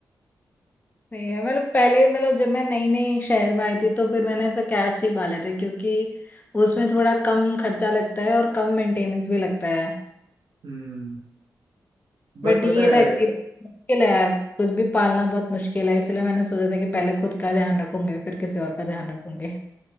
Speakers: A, on the left; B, on the right.
A: सही है मतलब पहले मतलब जब मैं नई नई शहर में आई थी तो फिर मैंने ऐसे कैट्स ही पाले थे क्योंकि उसमें थोड़ा कम खर्चा लगता है और कम मेंटेनेंस भी लगता है
B: हम्म बट
A: बट
B: पता
A: ये
B: है
A: था कि मुश्किल है यार कुछ भी पालना बहुत मुश्किल है इसलिए मैंने सोचा था कि पहले खुद का ध्यान रखूंगे फिर किसी और का ध्यान रखूंगे